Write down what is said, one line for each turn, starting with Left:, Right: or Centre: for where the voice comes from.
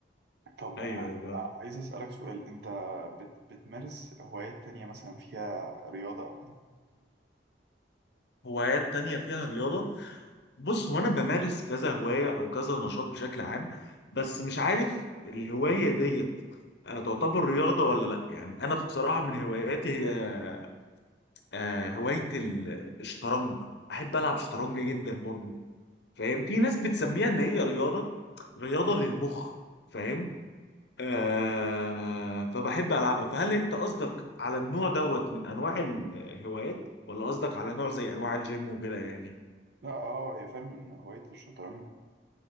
Right: طب
Left: ايوه
Right: أنا
Left: ايوه فاهم.
Right: ع- عايز أسألك سؤال أنت بت... بتمارس هوايات تانية مثلا فيها رياضة أو كده؟
Left: هوايات تانية فيها رياضة بص هو انا بمارس كذا هوايه او كذا نشاط بشكل عام بس مش عارف الهوايه ديت آه، تعتبر رياضه ولا لا يعني انا بصراحه من هواياتي هي آه، هوايه ال- الشطرنج احب العب شطرنج جدا برضه فاهم في ناس بتسميها ان هي رياضه رياضه للمخ فاهم آه فبحب العبها فهل انت قصدك على النوع دوت من انواع الهوايات ولا قصدك على نوع زي انواع الجيم وكده يعني
Right: لا أه هي فعلا إن هواية الشطرنج